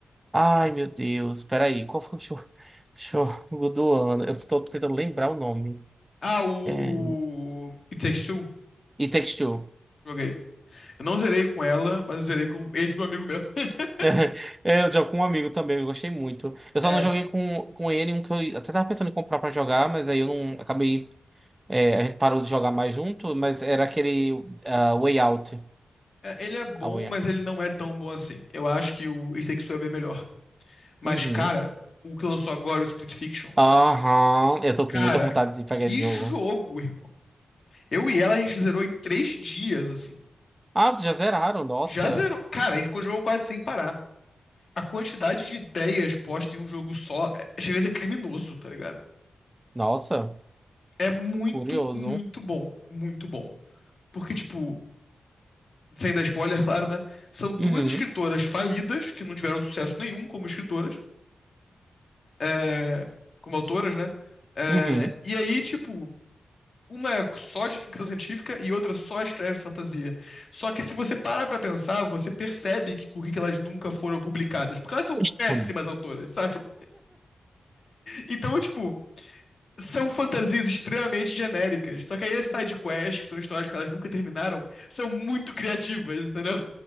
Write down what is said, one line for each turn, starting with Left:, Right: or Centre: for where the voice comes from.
Right: Ai, meu Deus, peraí, qual foi o show <laughs> jogo do ano? Eu tô tentando lembrar o nome.
Left: Ah, o...
Right: É.
Left: It Takes Two.
Right: E Takes Two.
Left: Joguei. Eu não zerei com ela, mas eu zerei com esse meu amigo meu. <laughs>
Right: <laughs> É, eu jogo com um amigo também, eu gostei muito. Eu só
Left: É,
Right: não joguei com, com ele, um que eu até tava pensando em comprar pra jogar, mas aí eu não acabei. é, a gente parou de jogar mais junto, mas era aquele ah, Way Out.
Left: é, ele é bom,
Right: A Way
Left: mas
Right: Out.
Left: ele não é tão bom assim. Eu acho que o It Takes Two é bem melhor. Mas,
Right: Uhum.
Left: cara, o que lançou agora, o Split Fiction.
Right: Aham. Eu tô
Left: Cara,
Right: com muita vontade de pegar
Left: que
Right: esse jogo.
Left: jogo, irmão. Eu e ela, a gente zerou em três dias, assim.
Right: Ah, vocês já zeraram? Nossa.
Left: Já zerou. Cara, a gente jogou quase sem parar. A quantidade de ideias postas em um jogo só é- chega a ser criminoso, tá ligado?
Right: Nossa.
Left: É muito,
Right: Curioso.
Left: muito bom. Muito bom. Porque, tipo, sem dar spoiler, <laughs> claro, né? São duas
Right: Uhum.
Left: escritoras falidas, que não tiveram sucesso nenhum como escritoras, é, como autoras, né? É,
Right: Uhum.
Left: e aí, tipo, uma é só de ficção científica e outra só escreve fantasia. Só que se você para pra pensar, você percebe que por que que elas nunca foram publicadas. Porque elas são
Right: <laughs>
Left: péssimas
Right: Hum.
Left: autoras, <laughs> sabe? Então, tipo, são fantasias extremamente genéricas. Só que aí as side quests, que são histórias que elas nunca terminaram, são muito criativas, entendeu?